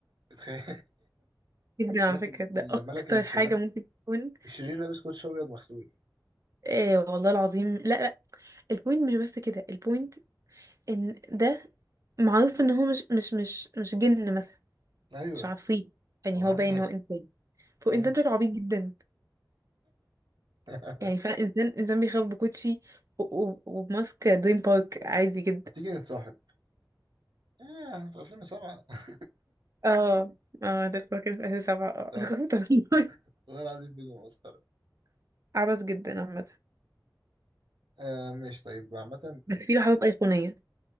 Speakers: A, on the right (about 80°); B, on the right (about 45°).
A: بتخيل
B: جدا
A: <laughs>
B: على
A: ملك
B: فكره
A: ال-
B: ده اكتر
A: الملك الشرير
B: حاجه ممكن تكون
A: الشرير لابس كوتش ابيض مغسول
B: ايه والله العظيم لا لا البوينت مش بس كده البوينت ان ده معروف ان هو مش مش مش مش جن مثلا
A: ايوه
B: مش عفريت يعني
A: هو حد
B: هو باين
A: هي-
B: ان هو انسان فهو
A: ايوه
B: انسان شكله عبيط جدا
A: <laughs>
B: يعني فعلا انسان انسان بيخاف بكوتشي و- و- وبماسك دريم بارك عادي جدا
A: ما تيجي نتصاحب ايه في 2007 مسخرة.
B: اه اه ده فاكر في اساس سبعة اه
A: <laughs>
B: انا خفت والله.
A: والله العظيم فيلم مسخرة
B: <laughs> عبث جدا عامة
A: آه ماشي طيب عامة
B: بس في لحظات ايقونية